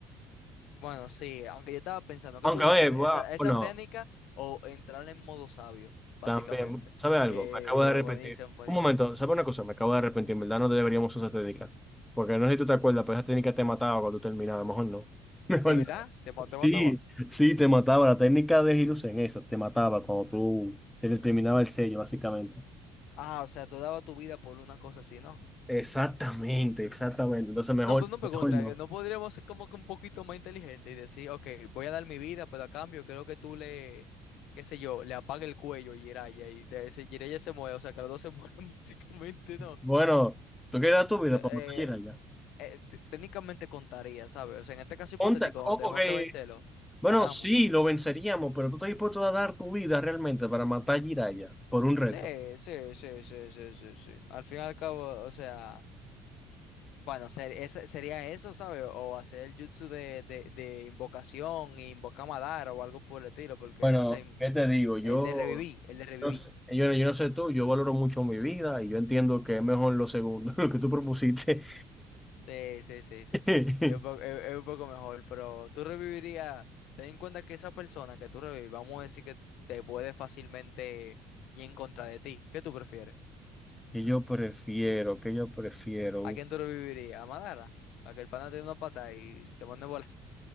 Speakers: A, on the left; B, in the centre.
A: Bueno, sí, aunque yo estaba pensando, ¿qué
B: Aunque,
A: tú prefieres?
B: a ver, va-
A: ¿Esa, esa
B: bueno,
A: técnica o entrar en modo sabio, básicamente?
B: También, ¿sabe algo?
A: Eh,
B: Me acabo de arrepentir.
A: eh, buenísimo, buenísimo.
B: Un momento, ¿sabe una cosa? Me acabo de arrepentir, en verdad no deberíamos usar esa técnica. Porque no sé si tú te acuerdas, pero esa técnica te mataba cuando tú terminabas, mejor no. <laughs> Mejor
A: ¿De verdad?
B: no.
A: ¿Te, ma- te mataba?
B: Sí, sí, te mataba. La técnica de Hiruzen, esa, te mataba cuando tú te terminaba el sello, básicamente.
A: Ah, o sea, tú dabas tu vida por una cosa así, ¿no?
B: Exactamente, exactamente. Entonces mejor,
A: No, pues no pregunta,
B: mejor no.
A: que no podríamos ser como que un poquito más inteligente y decir, ok, voy a dar mi vida, pero a cambio creo que tú le, qué sé yo, le apague el cuello a Jiraiya y te, si Jiraiya se mueve, o sea, que los dos se mueren <laughs> básicamente, ¿no?
B: Bueno, tú quieres dar tu vida
A: Te-
B: para
A: eh,
B: matar a Jiraiya.
A: eh, te- técnicamente contaría, ¿sabes? O sea, en este caso hipotético,
B: Ponte-
A: cuando
B: o-
A: tenemos
B: ok.
A: que vencerlo,
B: Bueno,
A: ganamos.
B: sí, lo venceríamos, pero tú estás dispuesto a dar tu vida realmente para matar a Jiraiya por un reto.
A: Sí, sí, sí, sí, sí, sí, sí. Al fin y al cabo, o sea... Bueno, ser- ese- sería eso, ¿sabes? O hacer el jutsu de, de, de invocación, invoca Madara o algo por el estilo, porque,
B: Bueno,
A: o sea, im-
B: ¿qué te digo? Yo,
A: el de revivir, el de revivir.
B: yo no sé- yo, yo no sé tú, yo valoro mucho mi vida y yo entiendo que es mejor lo segundo, <laughs> lo que tú propusiste.
A: Sí, sí, sí, sí,
B: <laughs>
A: sí. Es un poco, es, es un poco mejor, pero tú revivirías, ten en cuenta que esa persona que tú revivís, vamos a decir que te puede fácilmente ir en contra de ti. ¿Qué tú prefieres?
B: Y yo prefiero, que yo prefiero.
A: ¿A quién tú revivirías? ¿A Madara? Para que el pana te dé una pata y te mande volar.